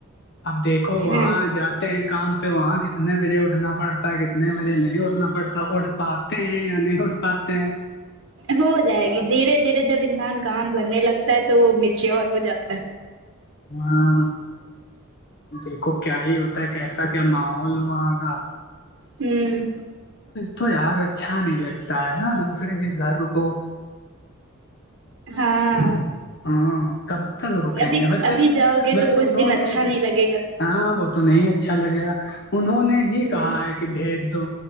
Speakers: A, on the left; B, on the right.
A: اب دیکھو وہاں
B: ہ
A: جاتے ہیں کام پہ وہاں کتنے بجے اٹھنا پڑتا ہے کتنے بجے نہیں اٹھنا پڑتا اٹھ پاتے ہیں یا نہیں اٹھ پاتے ہیں
B: ہو جائے گی دھیرے دھیرے جب انسان کام کرنے لگتا ہے تو وہ میچور ہو جاتا ہے
A: ہاں دیکھو کیا ہی ہوتا ہے کیسا کیا ماحول ہوا گا
B: ہوں
A: تو یار اچھا نہیں لگتا ہے نا دوسرے کے گھر رکو
B: ہاں
A: ہاں کب تک رکیں
B: ابھی
A: گے ویسے
B: ابھی جاؤ گے
A: ویسے
B: تو کچھ
A: انہوں
B: دن اچھا
A: نے ہی
B: نہیں لگے گا
A: ہاں وہ تو نہیں اچھا لگے گا انہوں نے ہی
B: ہ
A: کہا ایک کہ بھیج دو